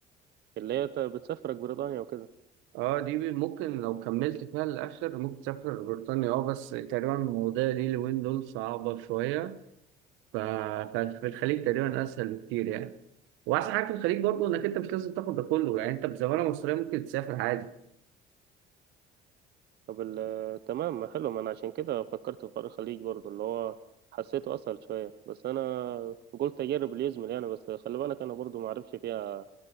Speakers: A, on the right (about 55°); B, on the right (about 70°).
A: اللي هي ت- بتسافرك بريطانيا وكده
B: اه دي بي- ممكن لو كملت فيها للاخر ممكن تسافر بريطانيا اه بس تقريبا المواضيع دي اليومين دول صعبه شويه ف- ففي الخليج تقريبا اسهل بكتير يعني واحسن حاجه في الخليج برضه انك انت مش لازم تاخد ده كله يعني انت بزماله مصريه ممكن تسافر عادي
A: طب ال- آه، تمام ما حلو ما انا عشان كده فكرت في حوار الخليج برضه اللي هو حسيته اسهل شوية بس انا قلت اجرب اللي يزمل يعني بس خلي بالك انا برضه ما اعرفش فيها